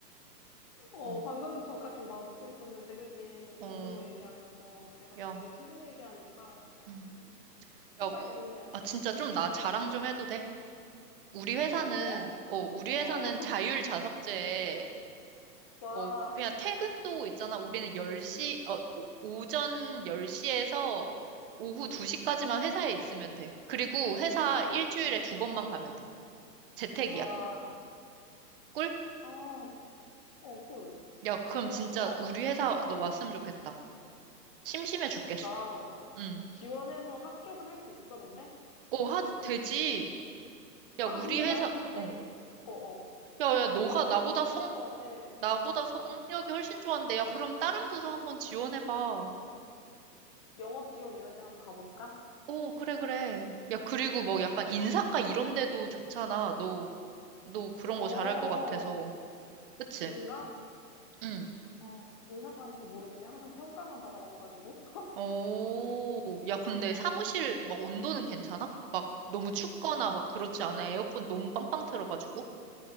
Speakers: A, on the left; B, on the right.
A: 어,
B: 어,
A: 방금 전까지 막 웃고 있었는데, 그지?
B: 어,
A: 먹는 거 얘기하면서. 근데 갑자기
B: 야,
A: 퇴근 얘기하니까, 어,
B: 음,
A: 그러네.
B: 야,
A: 호가
B: 우-
A: 이금제라,
B: 아, 진짜
A: 또.
B: 좀 나 자랑 좀 해도 돼? 우리 회사는,
A: 너 또?
B: 어, 우리
A: 어,
B: 회사는
A: <laughs>
B: 자율 자석제에
A: 와,
B: 어, 그냥 퇴근도 있잖아. 우리는 열 시 어, 오- 오전 10시에서 오후
A: 응,
B: 2시까지만 회사에 있으면 돼. 그리고 회사 일주일에
A: 응,
B: 두 번만 가면 돼. 재택이야.
A: 아,
B: 꿀?
A: 아, 어, 꿀.
B: 야, 그럼
A: 어,
B: 진짜
A: 아,
B: 우리 회사 너
A: 어,
B: 왔으면 좋겠다. 심심해 죽겠어.
A: 나
B: 응.
A: 지원해서 합격은 할 수 있어, 근데?
B: 어, 하, 되지. 야,
A: 아,
B: 우리
A: 근데
B: 회사,
A: 나는 근데,
B: 어.
A: 어, 어,
B: 야, 야, 너가
A: 영업
B: 나보다
A: 지원 좀
B: 성,
A: 힘들 것 같아.
B: 나보다 성격이 훨씬 좋은데, 야, 그럼 다른 부서 한번 지원해봐.
A: 영업 지원 이런 데 한번 가볼까?
B: 오, 그래, 그래. 야, 그리고 뭐 약간 인사과 이런 데도 좋잖아. 너 너 그런
A: 어,
B: 거 잘할 것 같아서. 그치?
A: 그런가?
B: 응.
A: 어, 인사과는 또 모르겠네. 항상 평가만 받아봐가지고.
B: 오, 야, 근데
A: 어,
B: 사무실 막 온도는 괜찮아? 막 너무 춥거나 막 그렇지 않아? 에어컨 너무 빵빵 틀어가지고?